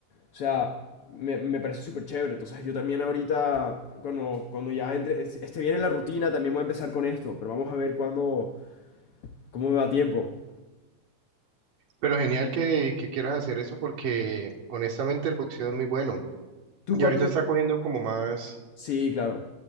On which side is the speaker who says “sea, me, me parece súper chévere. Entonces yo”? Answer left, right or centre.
Left